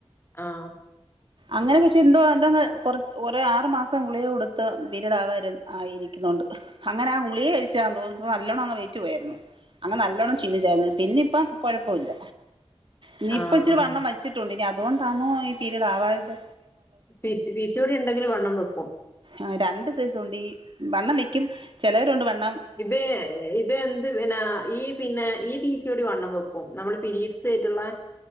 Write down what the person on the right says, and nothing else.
അങ്ങനെ പക്ഷെ എന്തോ ടങ് കൊ കൊറെ ആറു മാസം ഗുളിയ കൊടുത്ത് പീരീഡ് ആവാ ആയിരിക്കുന്നുണ്ട് അങ്ങനെ ആ ഗുളിയ കഴിച്ചാന്ന് തോന്നുന്നു നല്ലോണം അങ്ങ് വെയ്റ്റ് പോയായിരുന്നു അങ്ങ് നല്ലോണം ക്ഷീണിച്ചായിരുന്നു പിന്നെ ഇപ്പം കൊഴപ്പൊല്ല ഇനി
ഇപ്പം ഇച്ചിരി
വണ്ണം വച്ചിട്ടുണ്ട് ഇനി അതുകൊണ്ടാന്നോ ഈ പീരീഡ് ആവാതെ
ആ രണ്ട് സൈസ് ഉണ്ട് ഈ വണ്ണം വെക്കും ചിലവരണ്ട് വണ്